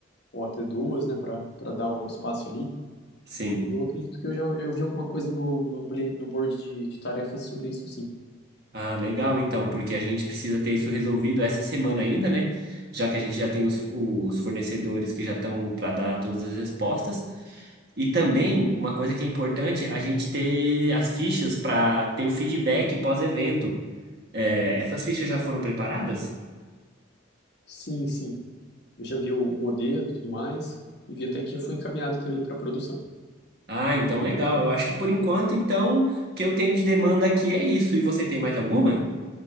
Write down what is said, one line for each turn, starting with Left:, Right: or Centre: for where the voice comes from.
Left: ou até duas, né, para para dar o espaço ali.
Right: Sim.
Left: Eu acredito que eu já eu vi alguma coisa no, no, ble- no board de, de tarefas sobre isso, sim.
Right: Ah, legal então, porque a gente precisa ter isso resolvido essa semana ainda, né? Já que a gente já tem os, os fornecedores que já estão para dar todas as respostas. E também, uma coisa que é importante, a gente ter as fichas para ter o feedback pós-evento. É, essas fichas já foram preparadas?
Left: Sim, sim. Eu já vi o, o modelo e tudo mais, e vi até que já foi encaminhado também para produção.
Right: Ah, então legal. Eu acho que por enquanto, então, o que eu tenho de demanda aqui é isso. E você tem mais alguma?